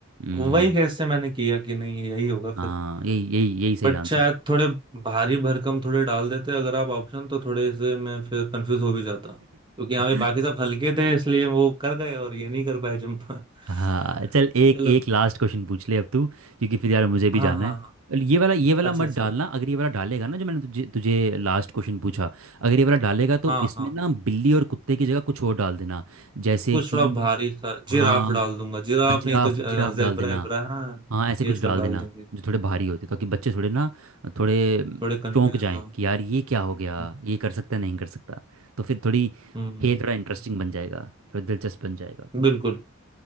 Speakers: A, on the right; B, on the right.
A: हम्म
B: वही कैसे मैंने किया कि नहीं यही होगा फिर
A: हाँ यही यही यही सही
B: बट
A: आंसर
B: शायद थोड़े भारी भरकम थोड़े डाल देते अगर आप ऑप्शन तो थोड़े से मैं फिर कंफ्यूज हो भी जाता क्योंकि यहाँ पे
A: है
B: बाकी
A: <laughs>
B: सब हल्के थे इसलिए वो कर गए और ये नहीं कर पाए जंप <laughs>
A: हाँ चल एक
B: चलो
A: एक लास्ट क्वेश्चन पूछ ले अब तू क्योंकि फिर यार मुझे भी
B: हाँ
A: जाना
B: हाँ
A: है
B: हाँ
A: चल, ये वाला ये वाला
B: अच्छा
A: मत
B: अच्छा
A: डालना अगर ये वाला डालेगा ना जो मैंने तुझे तुझे लास्ट क्वेश्चन पूछा अगर ये वाला डालेगा तो
B: हाँ
A: इसमें
B: हाँ
A: ना बिल्ली और कुत्ते की जगह कुछ और डाल देना जैसे
B: कुछ
A: कि
B: थोड़ा भारी सा जिराफ
A: हाँ
B: डाल दूंगा जिराफ
A: हाँ जिराफ
B: नहीं तो जेबरा
A: जिराफ डाल देना
B: एबरा हाँ
A: हाँ ऐसे
B: ये
A: कुछ
B: सब
A: डाल
B: डाल
A: देना
B: देंगे
A: जो थोड़े भारी होते ताकि बच्चे थोड़े ना थोड़े अम,
B: थोड़े कंफ्यूज
A: चौंक जाएं
B: हो
A: कि यार ये क्या हो गया
B: हम्म
A: ये कर सकता है, नहीं कर सकता तो फिर थोड़ी
B: हम्म,
A: खेल
B: हम्म,
A: थोड़ा इंटरेस्टिंग बन जाएगा थोड़ा दिलचस्प बन जाएगा
B: हम्म। बिल्कुल